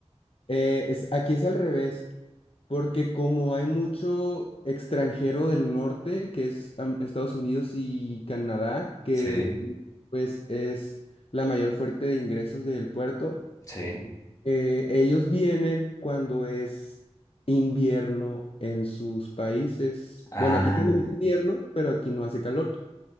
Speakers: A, on the left; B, on the left.
A: Eh, es, aquí es al revés. Porque como hay mucho extranjero del norte, que es am, Estados Unidos y Canadá, que
B: Sí,
A: pues es la mayor fuente de ingresos del puerto,
B: sí.
A: eh, ellos vienen cuando es invierno en sus países.
B: Ah,
A: Bueno, aquí también es invierno, pero aquí no hace calor.